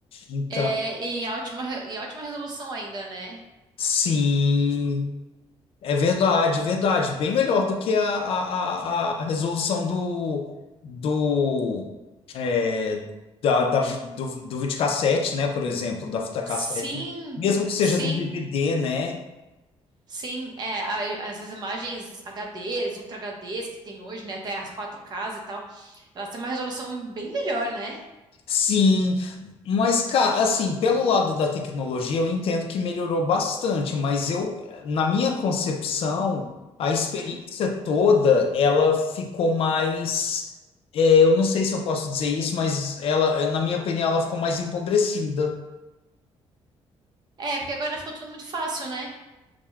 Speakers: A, on the left; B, on the right.
A: Então,
B: É em ótima, re- em ótima resolução ainda, né?
A: sim. É verdade, é verdade. Bem melhor do que a, a, a, a resolução do, do, é, da, da, do, do videocassete, né? Por exemplo, da fita cassete,
B: Sim,
A: né? Mesmo que seja
B: sim,
A: do DVD, né?
B: sim. É, a- essas imagens HDs, Ultra HDs que tem hoje, né? Até as quatro ks e tal, elas têm uma resolução bem melhor, né?
A: Sim, mas cara, assim, pelo lado da tecnologia, eu entendo que melhorou bastante, mas eu, na minha concepção, a experiência
B: Uhum.
A: toda, ela ficou mais, é, eu não sei se eu posso dizer isso, mas ela, na minha opinião, ela ficou mais empobrecida.
B: É, porque agora ficou tudo muito fácil, né?